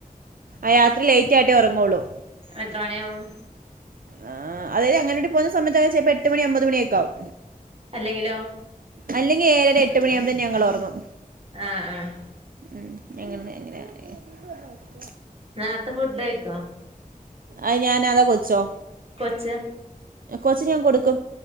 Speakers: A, on the right (about 70°); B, on the right (about 40°).
A: ആയത്രി ലേറ്റായിട്ടേ ഒറങ്ങുള്ളു.
B: എത്ര മണിയാവും
A: ആ അതായത് അങ്ങനെട്ടപോന്ന സമയത്ത് ചിലപ്പോ എട്ട് മണി അമ്പത് മണിയൊക്കാവും
B: അല്ലെങ്കിലോ
A: അല്ലെങ്കി ഏഴര എട്ട്മണിയാവുമ്പോത്തേക്ക് ഞങ്ങൾ ഒറങ്ങും
B: ആ ആ
A: ഉം എങ്ങനെ അങ്ങനെ <unintelligible>
B: നാർത്തെ ഫുഡ്കയിക്കോ
A: അയ് ഞാനത കൊച്ചോ
B: കൊച്ച്
A: കൊച്ചിന് ഞാൻ കൊടുക്കും